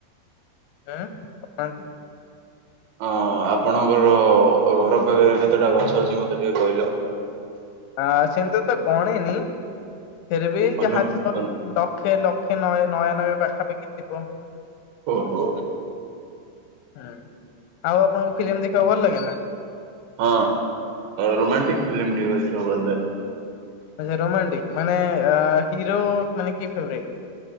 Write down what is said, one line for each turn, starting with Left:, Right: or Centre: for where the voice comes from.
Left: <unintelligible>
Right: ଅ ଆପଣଙ୍କର ଘର ପାଖରେ କେତେଟା ଗଛ ଅଛି ମତେ ଟିକେ କହିଲ?
Left: ଆ ସେମିତି ତ ଗଣିନି ଫେରବି
Right: ଅନୁ
Left: ଯାହାଥିବ।
Right: ଅନୁ
Left: ଲକ୍ଷେ ଲକ୍ଷେ ନହ ନୟା ନବେ ପାଖାପାଖି ଥିବ।
Right: ଓହୋ।
Left: ହୁଁ ଆଉ ଆପଣଙ୍କୁ ଫିଲ୍ମ ଦେଖିବାକୁ ଭଲ ଲାଗେ ନା?
Right: ହଁ ରୋମାଣ୍ଟିକ ଫିଲ୍ମ ଦେଖିବାକୁ ଭଲ ଲାଗେ।
Left: ଆା ରୋମାଣ୍ଟିକ ମାନେ ଆ ହିରୋ ମାନେ କି ଫେବ୍ରେଟ୍?